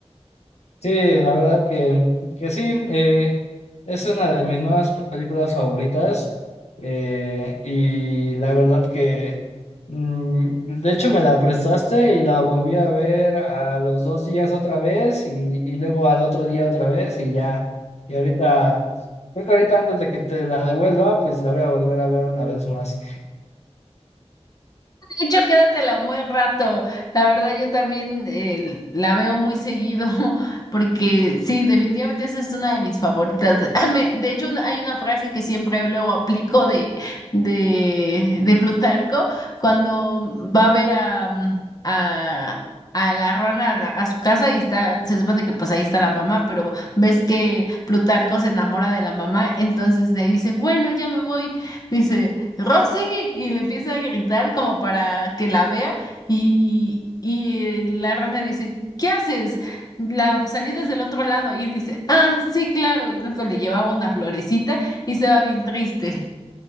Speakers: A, on the left (about 75°); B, on the left (about 35°).
A: Sí, la verdad que, que sí. eh, Es una de mis nuevas películas favoritas eh, y la verdad que, mm, de hecho, me la prestaste y la volví a ver a los dos días otra vez y, y luego al otro día otra vez y ya. Y ahorita, creo que ahorita antes de que te la devuelva, pues la voy a volver a ver una vez más.
B: De hecho, quédatela un buen rato. La verdad, yo también eh, la veo muy seguido, <laughs> porque sí, definitivamente esa es una de mis favoritas. <laughs> Ah, me- de hecho, una- hay una frase que siempre luego aplico de, de, de Plutarco cuando va a ver a, mm, a, a la rana a, la- a su casa y está, se supone que pues ahí está la mamá, pero ves que Plutarco se enamora de la mamá, entonces le dice, bueno, ya me voy dice, Rosy, y le empieza a gritar como para que la vea, y, y eh, la rana le dice, ¿qué haces? La salida es del otro lado, y él dice, ah, sí, claro, y tanto le llevaba una florecita y se va bien triste.